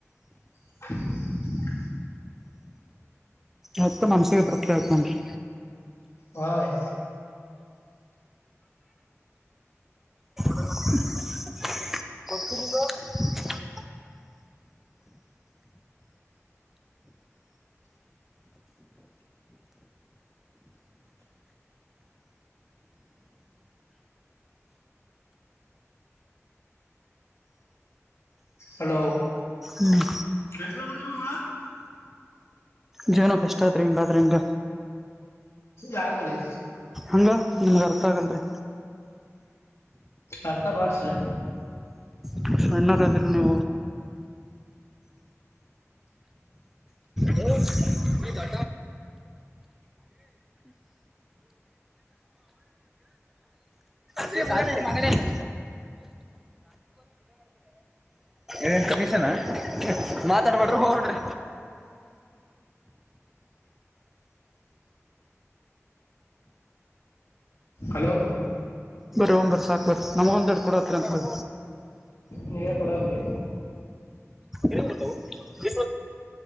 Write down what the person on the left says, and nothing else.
<inaudible>
ಹಾ ರೀ
ಹಲೋ
<unintelligible>
ಯಾಕೊರಿ?
ಅರ್ತ ಮಾಡ್ಸ್ರಿ.
ಹಲೋ
ನೀವೇ ಕೊಡಕ್ರಿ